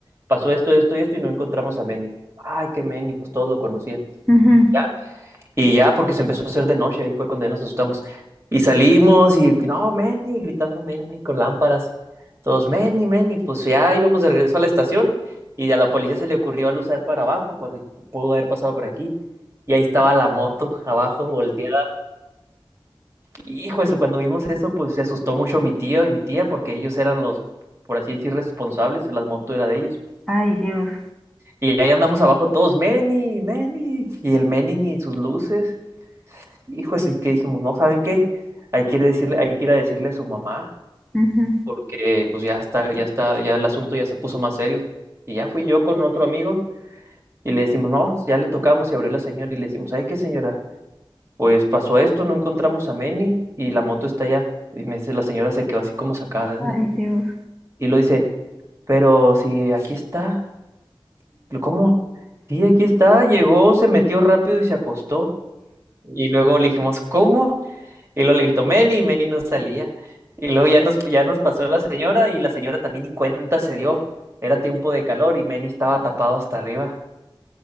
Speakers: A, on the right (about 30°); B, in the centre.
A: Pasó esto, esto y esto y no encontramos a Meni. Ay, qué Meni, pues todos lo conocían.
B: Ujú.
A: Ya y ya, porque se empezó a hacer de noche, ahí fue cuando ya nos asustamos. Y salimos y, no, Manny, gritando Manny con lámparas. Todos, Manny, Manny, pues ya íbamos de regreso a la estación. Y a la policía se le ocurrió al usar para abajo, porque pudo haber pasado por aquí. Y ahí estaba la moto abajo, volteada. Hijo de su, cuando vimos eso, pues se asustó mucho mi tío y mi tía, porque ellos eran los, por así decir, responsables, la moto era de ellos.
B: Ay, Dios.
A: Y ahí andamos abajo todos, Manny, Manny. Y el Manny ni sus luces. Hijo, es que dijimos, no, ¿saben qué? Hay que ir a decirle, hay que ir a decirle a su mamá,
B: Ujú.
A: porque pues ya está, ya está, ya el asunto ya se puso más serio. Y ya fui yo con otro amigo y le decimos, no, ya le tocamos y abrió la señora y le decimos, ay, ¿qué señora? Pues pasó esto, no encontramos a Manny y la moto está allá. Y me dice, la señora se quedó así como sacada de
B: Ay,
A: onda.
B: Dios.
A: Y lo dice, pero si aquí está, Lo, ¿cómo? Sí, aquí está, llegó, se metió rápido y se acostó. Y luego le dijimos, ¿cómo? Y luego le gritó Meni y Meni no salía. Y luego ya nos, ya nos pasó la señora y la señora también ni cuenta se dio. Era tiempo de calor y Meni estaba tapado hasta arriba.